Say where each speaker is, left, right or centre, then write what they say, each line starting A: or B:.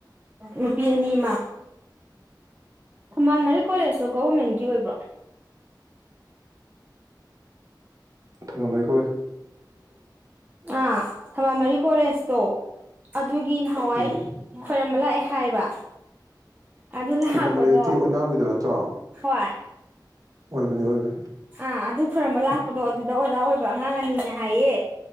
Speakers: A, on the right; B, on the right.
A: ꯅꯨꯄꯤ ꯑꯅꯤꯃ ꯊꯝꯕꯥꯜ ꯃꯔꯤꯛ ꯀꯣꯜꯂꯦꯁꯇꯣ ꯒꯣꯚꯔꯃꯦꯟꯠꯀꯤ ꯒꯤ ꯑꯣꯏꯕ꯭ꯔꯣ
B: ꯊꯝꯕꯥꯜ ꯃꯔꯤꯛ
A: ꯑꯥ ꯊꯝꯕꯥꯜ ꯃꯔꯤꯛ ꯀꯣꯜꯂꯦꯖ ꯇꯣ ꯑꯗꯨꯒꯤ ꯅꯍꯥꯟꯋꯥꯏ
B: ꯎꯝ
A: ꯈꯣꯏꯔꯝꯕ ꯂꯥꯛꯑꯦ ꯍꯥꯏꯕ ꯑꯗꯨ ꯂꯥꯛꯄꯗꯣ
B: ꯊꯝꯕꯥꯃꯔꯤꯗꯤ ꯑꯣꯏꯅꯥꯝꯒꯤꯗꯣ ꯅꯠꯇ꯭ꯔꯣ
A: ꯍꯣꯏ
B: ꯑꯣꯏꯕꯅꯤ ꯑꯣꯏꯕꯅꯤ
A: ꯑꯥ ꯑꯗꯨ ꯈꯨꯔꯝꯕꯂꯥꯛ ꯗꯣ ꯑꯗꯨꯗ ꯑꯣꯖꯥ ꯑꯣꯏꯕ ꯑꯉꯥꯡ ꯑꯅꯤꯅꯦ ꯍꯥꯏꯌꯦ